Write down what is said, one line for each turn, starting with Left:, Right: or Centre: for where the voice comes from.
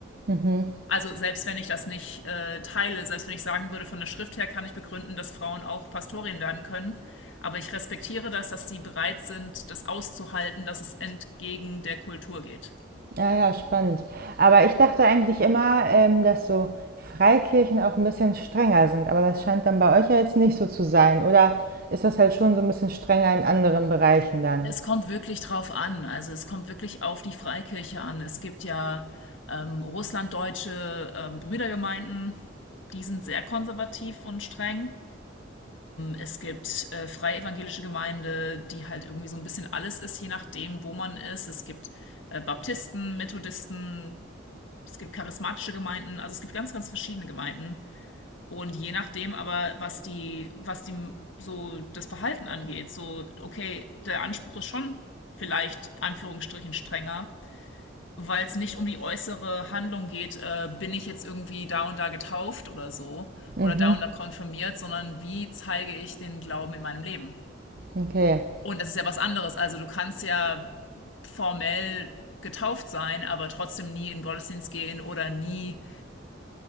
Right: Mhm.
Left: also selbst wenn ich das nicht äh, teile, selbst wenn ich sagen würde, von der Schrift her kann ich begründen, dass Frauen auch Pastorien werden können. Aber ich respektiere das, dass sie bereit sind, das auszuhalten, dass es entgegen der Kultur geht.
Right: Ja, ja, spannend. Aber ich dachte eigentlich immer, ähm, dass so Freikirchen auch ein bisschen strenger sind. Aber das scheint dann bei euch ja jetzt nicht so zu sein. Oder ist das halt schon so ein bisschen strenger in anderen Bereichen dann?
Left: Es kommt wirklich drauf an. Also es kommt wirklich auf die Freikirche an. Es gibt ja ähm, russlanddeutsche ähm, Brüdergemeinden, die sind sehr konservativ und streng. Es gibt äh, freie evangelische Gemeinde, die halt irgendwie so ein bisschen alles ist, je nachdem, wo man ist. Es gibt äh, Baptisten, Methodisten, es gibt charismatische Gemeinden, also es gibt ganz, ganz verschiedene Gemeinden. Und je nachdem aber, was die, was die so das Verhalten angeht, so, okay, der Anspruch ist schon vielleicht Anführungsstrichen strenger, weil es nicht um die äußere Handlung geht, äh, bin ich jetzt irgendwie da und da getauft oder so
Right: Mhm.
Left: oder da und da konfirmiert, sondern wie zeige ich den Glauben in meinem Leben?
Right: Okay.
Left: Und das ist ja was anderes. Also du kannst ja formell getauft sein, aber trotzdem nie in den Gottesdienst gehen oder nie,